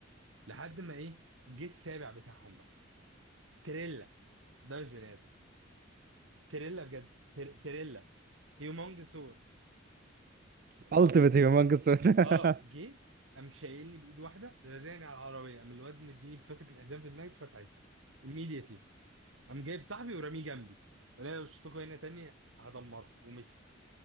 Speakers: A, on the right (about 85°); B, on the right (about 45°).
A: لحد ما إيه جه السابع بتاعهم بقى تريلا ده مش بني آدم تريلا بجد تر... تريلا هيومونج سور
B: Ultimate
A: هو جه
B: humongous winner.
A: اه جه قام شايلني بايد واحده رزاني على العربيه قام الواد مديني بتوكة الحزام في دماغي اتفتحت immediately قام جايب صاحبي ورميه جنبي قال لي لو شفتكوا هنا تاني هدمركم ومشي